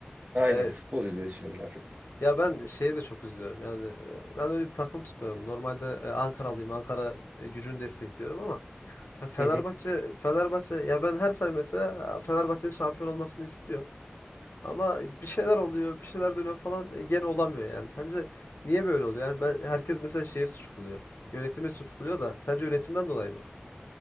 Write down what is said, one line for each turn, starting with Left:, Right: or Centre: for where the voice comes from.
Right: Aynen
Left: E,
Right: futbol izleyicisiyim daha çok.
Left: ya ben şeye de çok üzülüyorum. Yani e, ben öyle bir takım tutmuyorum. Normalde e, Ankaralıyım. Ankara e, gücünü destekliyorum ama ya Fenerbahçe
Right: Hı hı.
Left: Fenerbahçe ya ben her sene mesela e, Fenerbahçe'nin şampiyon olmasını istiyorum. Ama bir şeyler oluyor, bir şeyler dönüyor falan e, gene olamıyor yani. Sence niye böyle oluyor? Yani ben herkes mesela şeye suç buluyor. Yönetimi suç buluyor da sence yönetimden dolayı mı?